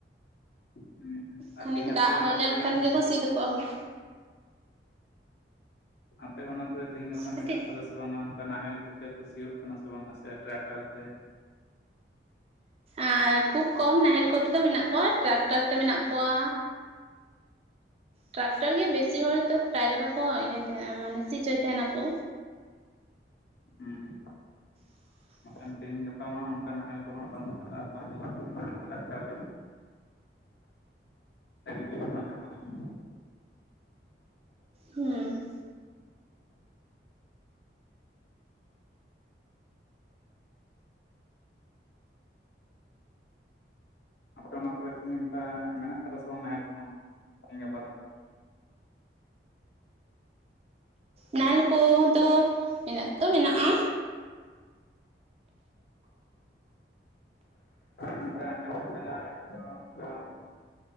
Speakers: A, on the left (about 65°); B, on the right (about 35°).
A: ᱦᱩᱸ ᱟᱨ
B: ᱠᱷᱟᱹᱱᱤᱠ
A: ᱛᱮᱦᱤᱧ ᱟᱯᱮ
B: ᱫᱟᱜ
A: ᱚᱱᱟ
B: ᱦᱩᱭ
A: ᱠᱚᱨᱮ
B: ᱞᱮᱱ ᱠᱷᱟᱱ ᱜᱮᱠᱚ
A: ᱛᱮᱦᱤᱧ
B: ᱥᱤ ᱫᱚᱠᱚ ᱮᱦᱚᱵᱟ᱾
A: ᱟᱯᱮ ᱚᱱᱟ ᱠᱚᱨᱮ ᱛᱮᱦᱤᱧ ᱜᱟᱯᱟ
B: ᱠᱟᱹᱴᱤᱡ
A: ᱢᱮᱱᱟᱜ ᱟᱠᱟᱫᱟ ᱥᱮ ᱵᱟᱝᱟ ᱚᱱᱠᱟ ᱱᱟᱦᱮᱞ ᱠᱚᱛᱮ ᱠᱚ ᱥᱤᱭᱳᱜ ᱠᱟᱱᱟ ᱥᱮ ᱵᱟᱝ-ᱟ ᱥᱮ ᱴᱨᱟᱠᱴᱟᱨ ᱛᱮ?
B: ᱮᱻ ᱠᱷᱩᱵ ᱠᱚᱢ ᱱᱟᱦᱮᱞ ᱠᱚᱛᱮ ᱫᱚ ᱢᱮᱱᱟᱜ ᱠᱚᱣᱟ ᱴᱨᱟᱠᱴᱟᱨ ᱛᱮ ᱢᱮᱱᱟᱜ ᱠᱚᱣᱟ᱾ ᱴᱨᱟᱠᱴᱟᱨ ᱜᱮ ᱵᱮᱥᱤ ᱦᱚᱲ ᱫᱚ ᱯᱨᱟᱭ ᱞᱮᱠᱟ ᱠᱚ ᱤᱭᱟᱹᱭ ᱛᱟᱦᱮᱸᱱᱟ ᱢᱟᱱᱮ ᱥᱤᱪᱚᱭ ᱛᱟᱦᱮᱸᱱᱟᱠᱚ᱾
A: ᱦᱩᱸ᱾
B: <inaudible>
A: ᱠᱷᱟᱱ ᱛᱮᱦᱮᱧ ᱜᱟᱯᱟ ᱚᱱᱠᱟ ᱱᱟᱦᱮᱞ ᱠᱚᱦᱚᱸ ᱵᱟᱹᱱᱩᱜ ᱟᱠᱟᱟᱜᱼᱟ ᱵᱟᱝ ᱧᱮᱞᱚᱜ ᱠᱟᱱᱟ ᱰᱟᱠᱴᱟᱨ ᱡᱟᱹᱥᱛᱤ <unintelligible>
B: ᱦᱩᱸ᱾
A: ᱟᱯᱮ ᱚᱱᱟ ᱠᱚᱨᱮ ᱛᱮᱦᱮᱧ ᱚᱱᱠᱟ ᱢᱮᱱᱟᱜ ᱠᱟᱫᱟ ᱥᱮ ᱵᱟᱝ-ᱟ ᱱᱟᱦᱮᱞ ᱠᱚᱦᱚᱸ, ᱛᱮᱦᱸᱧ ᱜᱟᱯᱟ ᱫᱚ?
B: ᱱᱟᱦᱮᱞ ᱠᱚᱫᱚ ᱢᱮᱱᱟᱜ ᱫᱚ ᱢᱮᱱᱟᱜ-ᱟ᱾
A: ᱱᱚᱝᱠᱟ ᱟᱸᱡᱚᱢᱚ ᱠᱟᱱᱟ ᱦᱳᱭᱛᱳ ᱚᱱᱠᱟ <unintelligible>